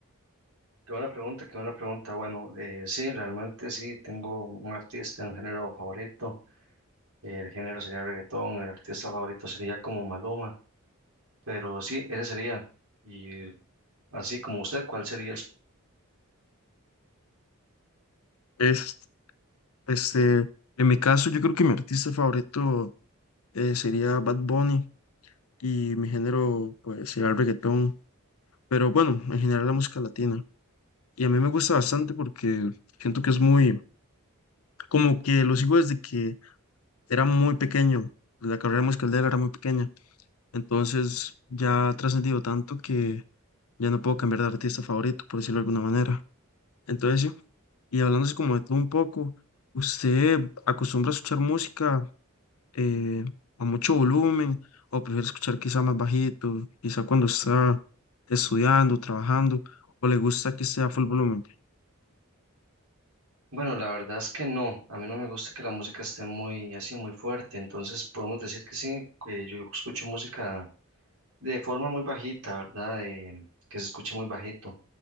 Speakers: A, on the right; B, on the left.
A: Qué buena pregunta, qué buena pregunta. Bueno, eh, sí, realmente sí, tengo un artista, un género favorito. Eh, El género sería reggaetón, el artista favorito sería como Maluma, pero sí, ese sería. Y así como usted, ¿cuál sería el... su-
B: Es, este, en mi caso, yo creo que mi artista favorito eh, sería Bad Bunny y mi género pues, sería el reggaetón, pero bueno, en general la música latina. Y a mí me gusta bastante porque siento que es muy, como que lo sigo desde que era muy pequeño, la carrera musical de él era muy pequeña, entonces ya ha trascendido tanto que ya no puedo cambiar de artista favorito, por decirlo de alguna manera. Entonces, sí, y hablándose como de todo un poco, ¿usted acostumbra a escuchar música eh, a mucho volumen o prefiere escuchar quizá más bajito, quizá cuando está estudiando, trabajando, o le gusta que sea full volumen?
A: Bueno, la verdad es que no, a mí no me gusta que la música esté muy así, muy fuerte, entonces podemos decir que sí, que yo escucho música de forma muy bajita, ¿verdad? De- que se escuche muy bajito.